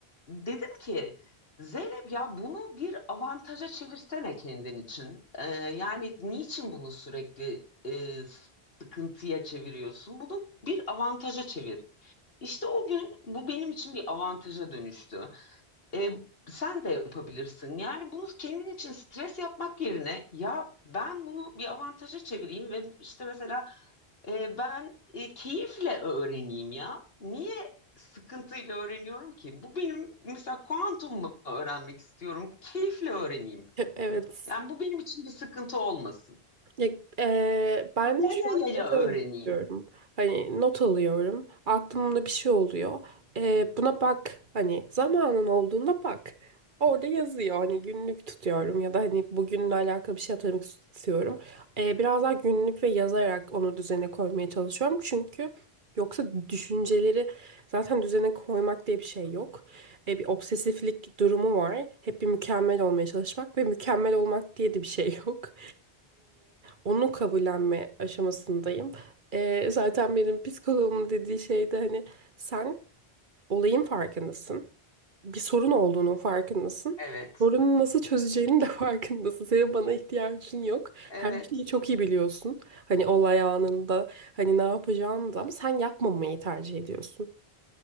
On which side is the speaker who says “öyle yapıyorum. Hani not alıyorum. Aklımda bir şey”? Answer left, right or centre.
Right